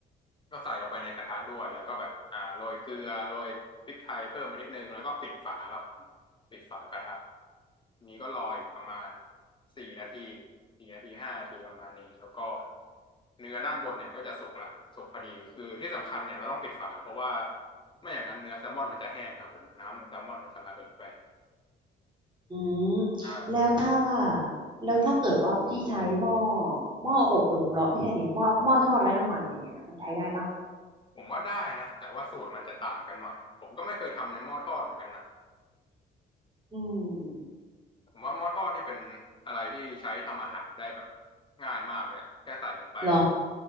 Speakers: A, on the left; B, on the right.
A: ก็ใส่ลงไปในกระทะด้วยแล้วก็แบบอ่าโรยเกลือโรยพริกไทยเพิ่มไปนิดนึงแล้วก็ปิดฝาครับปิดฝากระทะนี้ก็รออีกประมาณสี่นาทีสี่นาทีห้านาทีประมาณนี้แล้วก็เนื้อด้านบนเนี่ยมันก็จะสุกละสุกพอดีคือที่สำคัญเนี่ยเราต้องปิดฝาเพราะว่าไม่อย่างนั้นเนื้อแซลมอนมันจะแห้งครับผมน้ำในแซลมอนมันจะระเหดไป
B: อืม
A: อ่า
B: แล้วถ้าแล้วถ้าเกิดว่าพี่ใช้หม้อหม้ออบลมร้อนพี่ใช้ดิหม้อหม้อทอดไร้น้ำมันอย่างเงี้ยมันใช้ได้ปะ
A: ผมว่าได้นะแต่ว่าสูตรมันจะต่างกันหน่อยผมก็ไม่เคยทำในหม้อทอดเหมือนกันนะ
B: อืม
A: ผมว่าหม้อทอดนี่เป็นอะไรที่ใช้ทำอาหารได้แบบง่ายมากเลยอะแค่ใส่ลงไปแล้ว
B: หรอ